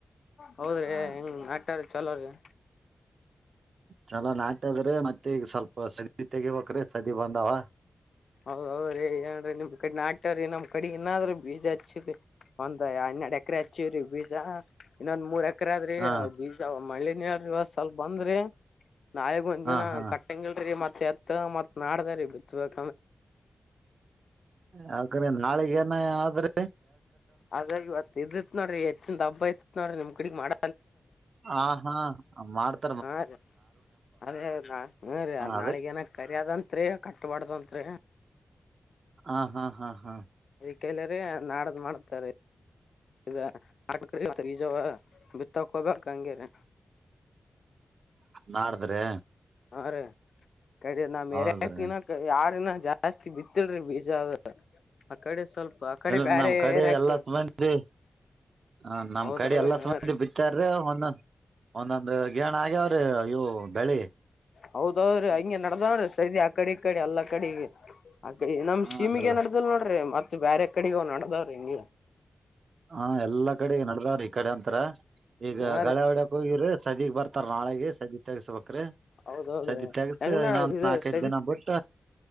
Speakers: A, on the left; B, on the right.
A: ಹೌದ್ರಿ
B: ಹ
A: ಹೆಂಗ್ ಚಲೋ ರ
B: ಚಲ ನಾಟ್ಯದ್ರೆ ಮತ್ತೆ ಈಗ ಸ್ವಲ್ಪ ಸದ ತೆಗಿಬೇಕ್ರೆ ಸದ ಬಂದಾವ
A: ಹೌದೌ್ರೀ ಏನ್ೀ ನಿಮ್ ಕಡ ಆಟವ್ರ ನ ಕಡೆ ಇನ್ನಾದ್ರ ಬೀಜ ಹಚ್ಚ ಒಂದ್ ಹನ್ನೆರಡು ಎಕರೆ ಹಚ್ಚ್ರಿ ಬೀಜ ಇನ್ನೊಂದ್ ಮೂರ್ ಎಕರೆ ಸಕ್ಕ್ರ ಆದ್ರಿ
B: ಹಾ
A: ಬೀಜ ಮಳ್ಳಿನ ಇವ ಸ್ವಲ್ಪ ಬಂದ್ರಿ ನಾಳಗ್ ಒಂದ್
B: ಹಾ
A: ಜಿನ
B: ಹಾ
A: ಕಟ್ಟಂಗಿಲ್ರಿ ಮತ್ ಎತ್ತ ಮತ್ ನಾಡ್ದ ರೀ ಬಿತ್ಬೇಕ
B: ಹಾಗ್ರೆ ನಾಳಗ ನ ಆದ್ರೆ
A: ಅದ ಇವತ್ ಇದಿತ್ ನೋಡ್ರಿ ಹೆಚ್ಚಿನ ದಬ್ಬ ಇಐತ್ ನೋಡಿ ನಿಮ್ ಕಿಡಗ್ ಮಾಡ
B: ಹ ಹಾ ಮಾಡ್ತ
A: ಹಾ ರೀ ಅದೇಾ ಹ್ಮ ರೀ
B: ಹ ಅದಕ್
A: ನಾಳಿಗ ಏನ ಕರಿ್ಯದಂತ್ರಿ ಕಟ್ಬಾರ್ದಂತ್ರಿ.
B: ಹಾ ಹಾ ಹಾ ಹಾ.
A: ಕಲರೆ ನಾಡದ್ ಮಾಡತಾರೆ ಇದಆಗತ ಬಿಜೋವ. ತಕೋಬೇಕ ಹಂಗೇರಿ.
B: ನಾಡ್ದ್ರಿ
A: ಹ ರ ಕ ನ್
B: ಹೌದ್ರಿ
A: ಯರಕಿನ ಯಾರಿನ ಜಾಸ್ತಿ ಬಿತ್ತಲ್ಿ ಬೀಜ ಆ ಕಡೆ ಸ್ವಲ್ಪ ಆ ಕಡೆ
B: ಎಲ್ಲ
A: ಬ್ಯಾರೆ
B: ನಮ್ಮ್ ಕಡೆ
A: ಏರ್ಯಾಕ್
B: ಎಲ್ಲ ಸುಮಂದಿ ಹ ನಮ್
A: ಹೌದೌದ್ರಿ
B: ಕಡೆ ಎಲ್ಲ ಸುಮಿ
A: ಹಾ ರೀ
B: ಬಿತ್ತಾರೆ ಒಂದೊ ಒಂದೊಂದು ಗೇಣ ಆಗ್ಯ ಅೆ ಅಯ್ಯೋ ಬೆಳೆ
A: ಹೌದೌದ್ರಿ ಹಂಗಗೆ ನಡದವ್ರೀ ಸೈದಿ ಆ ಕಡೆ ಈ ಕಡೆ ಅಲ್ಲ ಕಡೆಗೆ ಅ ನಮ್
B: ಹಾ
A: ಸೀಮಿಗೆ
B: ನಡ್ದ
A: ನಡ್ದಲ್ ನೋಡ್ರಿ ಮತ್ತತ್ ಬೇರೆ ಕಡೆಗ ನಡ್ದಾವ್ರಿ ಹಿಂಗಗೆ
B: ಹಾ ಎಲ್ಲಾ ಕಡೆ ನಡದಾರ ಈ ಕಡೆ ಅಂತಾರ ಈಗ
A: ಹಾ
B: ಗಳೆ
A: ರೀ
B: ಹೊಡಕ್ ಹೋಗಿ್ರರಿ ಸದಗ್ ಬರ್ತಾರ ನಾಳೆೆಗೆ ಸದಿ ಹಕ್ರಿ
A: ಹೌದೌದ್ರಿ
B: ಸದಿ ತಗಸ
A: ಹೆಂಗ
B: ಇನ್ನೊಂದ್
A: ಇದು
B: ನಾಕೈದ್
A: ಸದಿ
B: ದಿನ ಬಿಟ್ಟ